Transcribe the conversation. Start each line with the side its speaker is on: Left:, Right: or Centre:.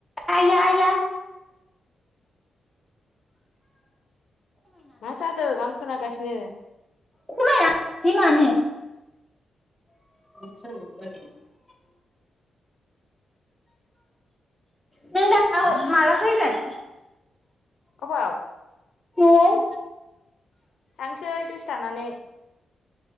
Centre: आया आया
Left: मा जादों आं खोनागासिनो
Centre: खमायला बे मानो। स ज <inaudible> नों दा माला फैगोन
Left: अबाव
Centre: नआव
Left: थांसै दसे थानानै।